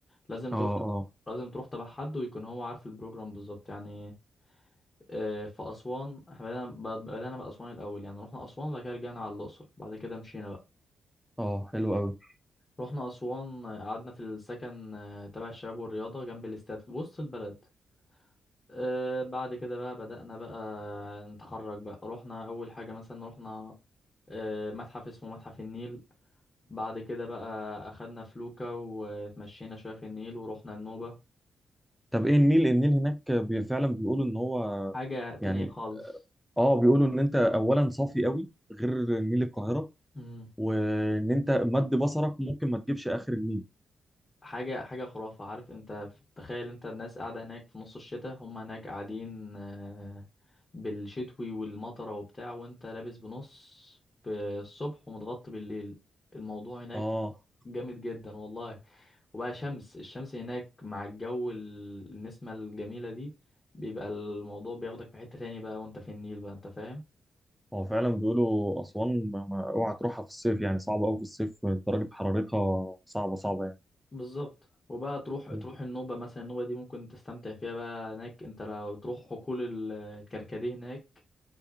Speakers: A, on the left; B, in the centre.
A: لازم
B: اه
A: تروح تبع
B: اه
A: لازم تروح تبع حد ويكون هو عارف البروجرام بالظبط يعني آه، في أسوان إحنا بدأنا ب- بدأنا بأسوان الأول يعني رحنا أسوان بعد كده رجعنا على الأقصر بعد كده مشينا بقى
B: اه حلو قوي
A: رحنا أسوان آه، قعدنا في السكن آه، تبع الشباب والرياضة جنب الاستاد في وسط البلد آه بعد كده بقى بدأنا بقى نتحرك بقى رحنا أول حاجة مثلا رحنا آه متحف اسمه متحف النيل بعد كده بقى أخدنا فلوكة وتمشينا شوية في النيل ورحنا النوبة
B: طب ايه النيل النيل هناك بي- فعلا بيقولوا ان هو
A: حاجة تانية
B: يعني
A: خالص
B: اه بيقولوا ان انت اولا صافي قوي غير نيل القاهره
A: مم.
B: وان انت مد بصرك ممكن ما تجيبش اخر النيل
A: حاجة حاجة خرافة عارف انت تخيل انت الناس قاعدة هناك في نص الشتاء هم هناك قاعدين آه بالشتوي والمطرة وبتاع وانت لابس بنص في الصبح ومتغطي بالليل الموضوع هناك
B: اه
A: جامد جدا والله وبقى شمس الشمس هناك مع الجو ال- النسمة الجميلة دي بيبقى الموضوع بياخدك في حتة تاني بقى وانت في النيل بقى انت فاهم
B: هو فعلا بيقولوا أسوان ما ما اوعى تروحها في الصيف يعني صعبة أوي في الصيف درجة حرارتها صعبة صعبة يعني
A: بالظبط وبقى تروح
B: مم.
A: تروح النوبة مثلا النوبة دي ممكن تستمتع فيها بقى هناك انت لو تروح حقول الكركديه هناك